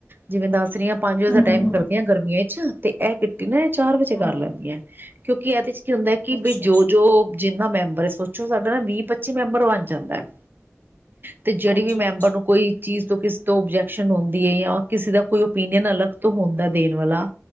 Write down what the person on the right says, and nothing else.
ਜਿਵੇਂ ਦੱਸ ਰਹੀ ਹਾਂ ਪੰਜ ਵਜੇ
ਦਾ ਟਾਈਮ ਕਰ। ਗਰਮੀਆਂ ਚ ਤੇ ਇਹ ਕਿਟੀ ਨਾ ਚਾਰ ਵਜੇ
ਕਰ ਲੈਂਦੀਆਂ ਕਿਉਂਕਿ ਇਹਦੇ ਚ। ਕੀ ਹੁੰਦਾ ਕਿ,
ਬਈ ਜੋ ਜਿੰਨਾ ਮੈਂਬਰ ਹੈ, ਸੋਚੋ ਸਾਡਾ ਨਾ ਵੀਹ ਪੱਚੀ ਮੈਂਬਰ ਬਣ ਜਾਂਦਾ ਹੈ। ਤੇ ਜਿਹੜੀ
ਵੀ ਮੈਂਬਰ ਨੂੰ ਕੋਈ। ਚੀਜ਼ ਤੋਂ, ਕਿਸੇ ਤੋਂ ਓਬਜੈਕਸ਼ਨ ਹੁੰਦੀ ਹੈ ਜਾਂ ਕਿਸੇ ਦਾ ਕੋਈ ਓਪੀਨੀਅਨ ਅਲੱਗ ਤੋਂ ਹੁੰਦਾ ਦੇਣ ਵਾਲਾ।